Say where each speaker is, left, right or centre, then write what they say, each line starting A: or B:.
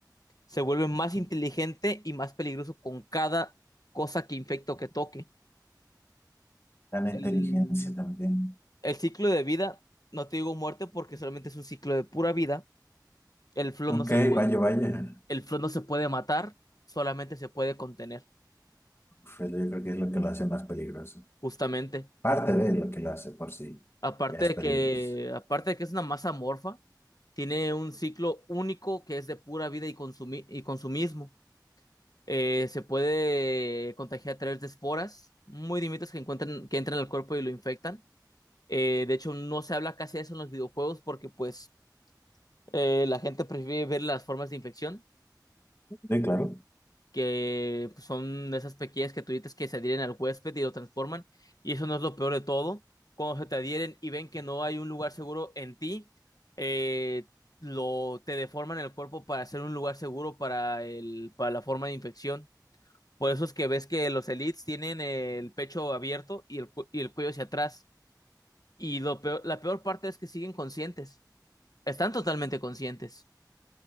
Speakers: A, on the left; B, on the left.
A: Se vuelve más inteligente y más peligroso con cada cosa que infecta o que toque.
B: Gran inteligencia
A: El,
B: también.
A: el ciclo de vida, no te digo muerte porque solamente es un ciclo de pura vida. El flow
B: Ok,
A: no se puede,
B: vaya, vaya.
A: el flow no se puede matar, solamente se puede contener,
B: Uf, Yo creo que es lo que lo hace más peligroso.
A: justamente.
B: Parte de lo que lo hace por sí.
A: Aparte
B: Ya es
A: de
B: peligroso.
A: que, aparte de que es una masa amorfa, tiene un ciclo único que es de pura vida y, consumi y consumismo. Eh, se puede contagiar a través de esporas muy diminutas que encuentran, que entran al cuerpo y lo infectan. Eh, de hecho, no se habla casi de eso en los videojuegos porque pues eh, la gente prefiere ver las formas de infección,
B: Sí, claro.
A: que pues, son esas pequeñas criaturitas que se adhieren al huésped y lo transforman. Y eso no es lo peor de todo. Cuando se te adhieren y ven que no hay un lugar seguro en ti, eh, lo, te deforman el cuerpo para hacer un lugar seguro para, el, para la forma de infección. Por eso es que ves que los elites tienen el pecho abierto y el, cu- y el cuello hacia atrás. Y lo peor, la peor parte es que siguen conscientes. Están totalmente conscientes.